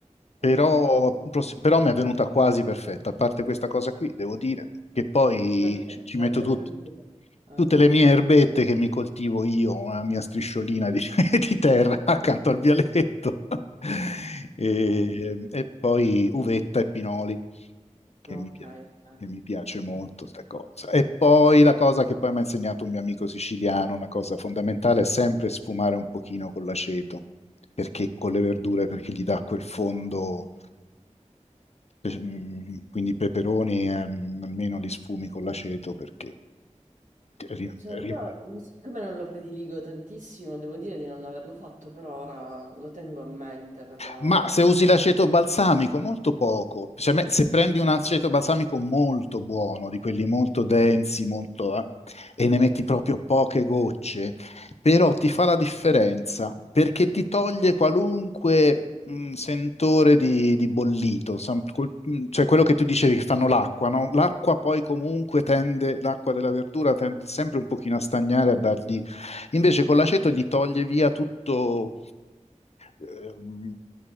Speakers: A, on the left (about 60°); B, on the right (about 85°).
A: però,
B: mm, mm.
A: prossi- però mi è venuta quasi perfetta. A parte questa cosa qui, devo dire che poi
B: Non c'è
A: ci ci metto
B: non c'è
A: tut-
B: aggiungere. Ah,
A: tutte le mie erbette che mi coltivo io, la mia strisciolina di, <laughs> di terra accanto al vialetto, <laughs> e,
B: ok,
A: e poi uvetta e pinoli. che
B: ok.
A: mi, pi-
B: ok.
A: che mi piace molto sta cosa. E poi la cosa che poi mi ha insegnato un mio amico siciliano, una cosa fondamentale, è sempre sfumare un pochino con l'aceto, perché con le verdure, perché gli dà quel fondo, pe- mm, quindi i peperoni, ehm, almeno li sfumi con l'aceto perché ri-
B: Cioè,
A: ri-
B: io, siccome non lo prediligo tantissimo, devo dire di non averlo fatto per ora, lo tengo a mente per la...
A: Ma
B: la...
A: se usi l'aceto balsamico, molto poco. Cioè, me- se prendi un aceto balsamico molto buono, di quelli molto densi, molto, eh, e ne metti proprio poche gocce, però ti fa la differenza perché ti toglie qualunque mh, sentore di, di bollito, Sam- col- mh, cioè quello che tu dicevi che fanno l'acqua, no? L'acqua poi comunque tende, l'acqua della verdura tende sempre un pochino a stagnare, a dargli... Invece con l'aceto gli toglie via tutto ehm,